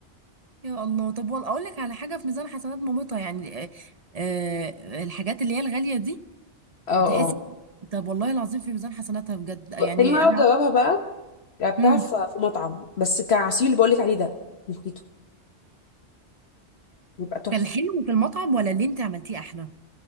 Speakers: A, on the right; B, on the left.
A: يا الله طب والله اقول لك على حاجه في ميزان حسنات مامتها يعني آه، آه، الحاجات اللي هي الغاليه دي
B: اه
A: بتحسي
B: اه
A: طب والله العظيم في ميزان حسناتها بجد يعني
B: تاني مره
A: انا
B: جاوبها بقى جبتها
A: امم
B: في في مطعم بس كعصير اللي بقول لك عليه ده نكيته بيبقى تحفه
A: كان حلو في المطعم ولا اللي انت عملتيه احلى